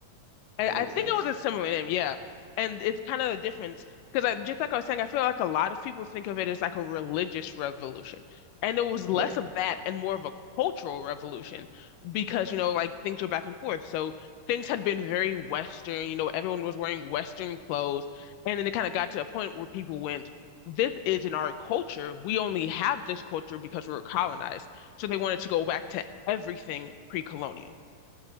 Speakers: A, on the left; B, on the right.
A: I,
B: That
A: I
B: makes
A: think
B: sense.
A: it was a similar name, yeah. And it's kind of the difference because I, just like I was saying, I feel like a lot of people think of it as like a religious revolution, and it was less
B: Yeah.
A: of that and more of a cultural revolution because you know like things were back and forth. So things had been very Western, you know, everyone was wearing Western clothes, and then it kind of got to a point where people went. This isn't our culture. We only have this culture because we were colonized. So they wanted to go back to everything pre-colonial.